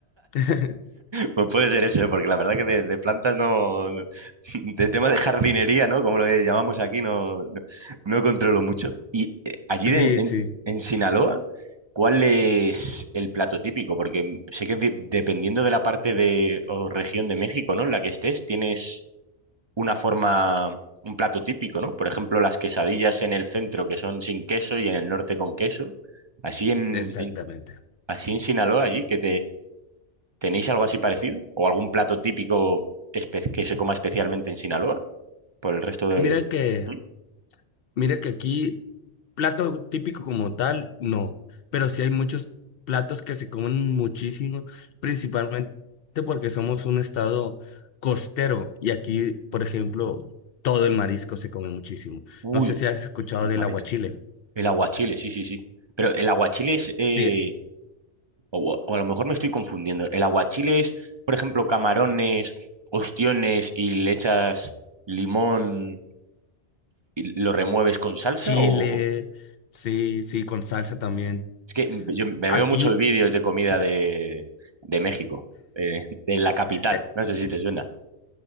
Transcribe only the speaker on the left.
<laughs>
Sí,
sí,
exactamente.
Mira que
Mira que aquí plato típico como tal, no, pero sí hay muchos platos que se comen muchísimo, principalmente porque somos un estado costero y aquí, por ejemplo, todo el marisco se come muchísimo.
No sé si has escuchado
del
aguachile.
Sí,
chile,
sí, sí, con salsa también.
Aquí,
eh,